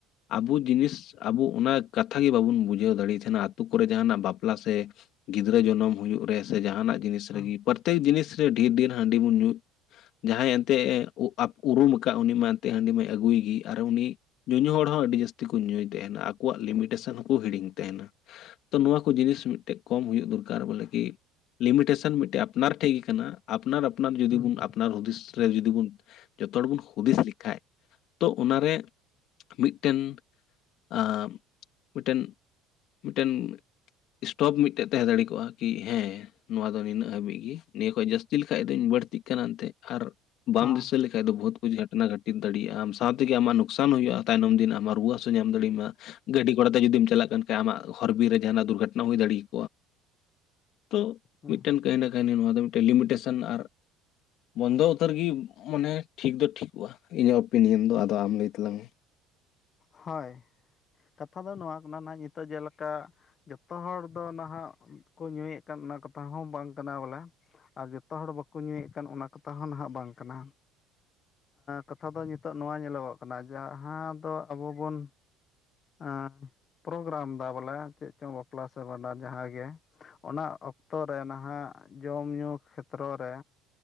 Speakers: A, on the left; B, on the left.
A: ᱟᱵᱚ ᱡᱤᱱᱤᱥ ᱟᱵᱚ ᱚᱱᱟ ᱠᱟᱛᱷᱟ ᱜᱮ ᱵᱟᱵᱚᱱ ᱵᱩᱡᱷᱟᱹᱣ ᱫᱟᱲᱮᱭ ᱛᱟᱦᱮᱱᱟ ᱟᱛᱳ ᱠᱚᱨᱮ ᱡᱟᱦᱟᱱᱟᱜ ᱵᱟᱯᱞᱟ ᱥᱮ ᱜᱤᱫᱽᱨᱟᱹ ᱡᱚᱱᱚᱢ ᱦᱩᱭᱩᱜ ᱨᱮ ᱥᱮ ᱡᱟᱦᱟᱱᱟᱜ ᱡᱤᱱᱤᱥ
B: ᱦᱮᱸ
A: ᱨᱮᱜᱮ ᱯᱨᱚᱛᱮᱠ ᱡᱤᱱᱤᱥ ᱨᱮ ᱰᱷᱮᱨ ᱰᱷᱮᱨ ᱦᱟᱺᱰᱤ ᱵᱚᱱ ᱧᱩ ᱡᱟᱦᱟᱸᱭ ᱮᱱᱛᱜ ᱮ ᱩᱨᱩᱢ ᱟᱠᱟᱫ ᱩᱱᱤ ᱢᱟ ᱮᱱᱛᱮ ᱦᱟᱺᱰᱤ ᱢᱟᱭ ᱟᱹᱜᱩᱭ ᱜᱮ ᱟᱨ ᱩᱱᱤ ᱧᱩᱧᱩ ᱦᱚᱲ ᱦᱚᱸ ᱟᱹᱰᱤ ᱡᱟᱹᱥᱛᱤ ᱠᱚ ᱧᱩᱭ ᱛᱟᱦᱮᱱᱟ ᱟᱠᱚᱣᱟᱜ ᱞᱤᱢᱤᱴᱮᱥᱚᱱ ᱦᱚᱸᱠᱚ ᱦᱤᱲᱤᱧ ᱛᱟᱦᱮᱱᱟ᱾ ᱛᱚ ᱱᱚᱣᱟ ᱠᱚ ᱡᱤᱱᱤᱥ ᱢᱤᱫᱴᱮᱠ ᱠᱚᱢ ᱦᱩᱭᱩᱜ ᱫᱚᱨᱠᱟᱨ ᱵᱚᱞᱮ ᱠᱤ ᱞᱤᱢᱤᱴᱮᱥᱚᱱ ᱢᱤᱫᱴᱮᱱ ᱟᱯᱱᱟᱨ ᱴᱷᱮᱡ ᱜᱮ ᱠᱟᱱᱟ᱾ ᱟᱯᱱᱟᱨ ᱟᱯᱱᱟᱨ ᱡᱩᱫᱤ
B: ᱦᱮᱸ
A: ᱵᱚᱱ ᱟᱯᱱᱟᱨ ᱦᱩᱫᱤᱥ ᱨᱮ ᱡᱩᱫᱤ ᱵᱚᱱ ᱡᱚᱛᱚ ᱦᱚᱲ ᱵᱚᱱ ᱦᱩᱫᱤᱥ ᱞᱮᱠᱷᱟᱱᱡ ᱛᱚ ᱚᱱᱟᱨᱮ ᱢᱤᱫᱴᱮᱱ ᱟᱸᱻ ᱢᱤᱫᱴᱮᱱ ᱢᱤᱫᱴᱮᱱ ᱥᱴᱳᱯ ᱢᱤᱫ ᱟᱴᱮᱫ ᱛᱟᱦᱮᱸ ᱫᱟᱲᱮ ᱠᱚᱜᱼᱟ ᱠᱤ ᱦᱮᱸ ᱱᱚᱣᱟ ᱫᱚ ᱱᱤᱱᱟᱹᱜ ᱦᱟᱹᱵᱤᱡ ᱜᱮ᱾ ᱱᱤᱭᱟᱹ ᱠᱷᱚᱡ ᱡᱟᱹᱥᱛᱤ ᱞᱮᱠᱷᱟᱡ ᱫᱚᱧ ᱵᱟᱹᱲᱛᱤᱜ ᱠᱟᱱᱟ ᱮᱱᱛᱮ ᱟᱨ ᱵᱟᱢ
B: ᱦᱮᱸ
A: ᱫᱤᱥᱟᱹ ᱞᱮᱠᱷᱟᱱ ᱵᱟᱠᱷᱟᱡ ᱫᱚ ᱵᱚᱦᱩᱛ ᱠᱩᱪ ᱜᱷᱟᱴᱱᱟ ᱜᱷᱟᱴᱤᱛ ᱫᱟᱲᱭᱟᱜᱼᱟ᱾ ᱟᱢ ᱥᱟᱶᱛᱮᱜᱮ ᱟᱢᱟᱜ ᱞᱚᱥᱠᱥᱟᱱ ᱦᱩᱭᱩᱜᱼᱟ ᱛᱟᱭᱱᱚᱢ ᱫᱤᱱ ᱟᱢᱟᱜ ᱨᱩᱭᱟᱹᱜ ᱦᱟᱥᱩ ᱧᱟᱢ ᱫᱟᱲᱮᱭᱟᱢᱟ ᱜᱟᱹᱰᱤ ᱜᱷᱚᱲᱟ ᱛᱮ ᱡᱩᱫᱤᱢ ᱪᱟᱞᱟᱜ ᱠᱷᱟᱱ ᱟᱢᱟᱜ ᱦᱚᱨ ᱵᱤᱨ ᱨᱮ ᱡᱟᱦᱟᱱᱟᱜ ᱫᱩᱨᱜᱷᱚᱴᱚᱱᱟ ᱦᱩᱭ ᱫᱟᱲᱮᱭᱟᱜ᱾ ᱛᱚ
B: ᱦᱮᱸ
A: ᱢᱤᱫᱴᱮᱱ ᱠᱟᱹᱦᱤ ᱱᱟ ᱠᱟᱹᱦᱤ ᱱᱚᱣᱟ ᱫᱚ ᱢᱤᱫᱴᱮᱱ ᱞᱤᱢᱤᱴᱮᱥᱚᱱ ᱟᱨ ᱵᱚᱱᱫᱚ ᱩᱛᱟᱹᱨ ᱜᱮ ᱢᱟᱱᱮ ᱴᱷᱤᱠ ᱫᱚ ᱴᱷᱤᱠᱚᱜᱼᱟ᱾ ᱤᱧᱟᱹᱜ ᱚᱯᱤᱱᱤᱭᱚᱱ ᱫᱚ ᱟᱫᱚ ᱟᱢ ᱞᱟᱹᱭ ᱛᱟᱞᱟᱝ ᱢᱮ᱾
B: ᱦᱳᱭ᱾ ᱠᱟᱛᱷᱟ ᱫᱚ ᱱᱚᱣᱟ ᱠᱟᱱᱟ ᱱᱟᱦᱟᱜ ᱱᱤᱛᱚᱜ ᱡᱮᱞᱮᱠᱟ ᱡᱚᱛᱚ ᱦᱚᱲ ᱫᱚ ᱱᱟᱦᱟᱜ ᱠᱚ ᱧᱩᱭᱮᱫ ᱠᱟᱱ ᱚᱱᱟ ᱠᱟᱛᱷᱟ ᱦᱚᱸ ᱵᱟᱝ ᱠᱟᱱᱟ ᱵᱚᱞᱮ ᱟᱨ ᱡᱚᱛᱚ ᱦᱚᱲ ᱵᱟᱠᱚ ᱧᱩᱭᱮᱫ ᱠᱟᱱ ᱚᱱᱟ ᱠᱟᱛᱷᱟ ᱦᱚᱸ ᱱᱟᱦᱟᱜ ᱵᱟᱝ ᱠᱟᱱᱟ᱾ ᱠᱟᱛᱷᱟ ᱫᱚ ᱱᱤᱛᱚᱜ ᱱᱚᱣᱟ ᱧᱮᱞᱚᱜᱚᱜ ᱠᱟᱱᱟ ᱡᱟᱦᱟᱸ ᱫᱚ ᱟᱵᱚ ᱵᱚᱱ ᱟᱸ ᱯᱨᱳᱜᱨᱟᱢ ᱮᱫᱟ ᱵᱚᱞᱮ ᱪᱮᱫ ᱪᱚᱝ ᱵᱟᱯᱞᱟ ᱥᱮ ᱵᱷᱟᱸᱰᱟᱱ ᱡᱟᱦᱟᱸ ᱜᱮ ᱚᱱᱟ ᱚᱠᱛᱚ ᱨᱮ ᱱᱟᱦᱟᱜ ᱡᱚᱢ ᱧᱩ ᱠᱷᱮᱛᱨᱚ ᱨᱮ